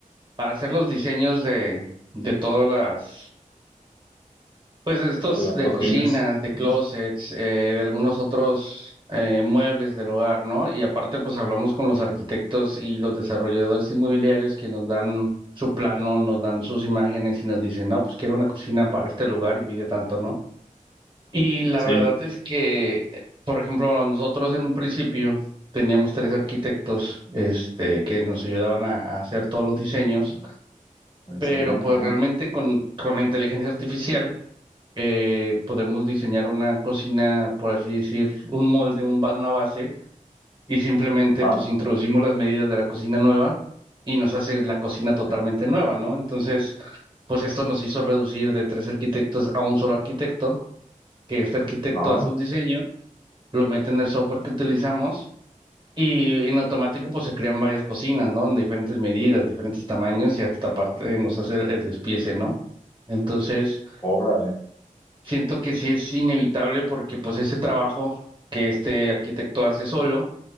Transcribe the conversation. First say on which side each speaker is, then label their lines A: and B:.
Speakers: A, on the right; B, on the left.
A: para hacer los diseños de, de todas las, pues de estos,
B: De las
A: de
B: cocinas.
A: cocinas, de closets,
B: Ujú,
A: eh, de algunos otros eh, muebles del hogar, ¿no? Y aparte, pues hablamos con los arquitectos y los desarrolladores inmobiliarios que nos dan su plano, nos dan sus imágenes y nos dicen, no, pues quiero una cocina para este lugar y mide tanto, ¿no? Y la
B: Sí.
A: verdad es que, por ejemplo, nosotros en un principio teníamos tres arquitectos, este, que nos ayudaban a, a hacer todos los diseños,
B: A a diseñar,
A: pero pues
B: ajá.
A: realmente con, con la inteligencia artificial eh, podemos diseñar una cocina, por así decir, un molde, un, ba- una base, y simplemente
B: Ajá.
A: pues introducimos las medidas de la cocina nueva y nos hace la cocina totalmente
B: ok,
A: nueva, ¿no? Entonces, pues esto nos hizo reducir de tres arquitectos a un solo arquitecto, que este arquitecto
B: Ajá.
A: hace un diseño lo mete en el software que utilizamos y en automático pues se crean varias cocinas, ¿no? En diferentes medidas, diferentes tamaños y hasta aparte nos hace el despiece, ¿no? Entonces,
B: Órale.
A: siento que sí es inevitable porque pues
B: Sí,
A: ese trabajo que este arquitecto hace solo,